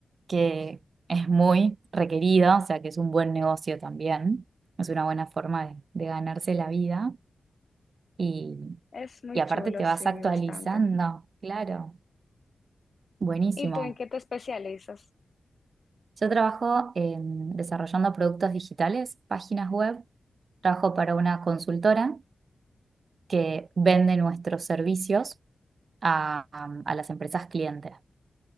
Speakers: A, on the right (about 65°); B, on the left (about 50°).
A: que es muy requerida, o sea que es un buen negocio también. Es una buena forma de, de ganarse la vida y,
B: Es muy
A: y aparte
B: chulo,
A: te
B: sí,
A: vas actualizando,
B: bastante.
A: claro. Buenísimo.
B: ¿Y tú en qué te especializas?
A: Yo trabajo en- desarrollando productos digitales, páginas web, trabajo para una consultora que vende nuestros servicios a, a las empresas clientes.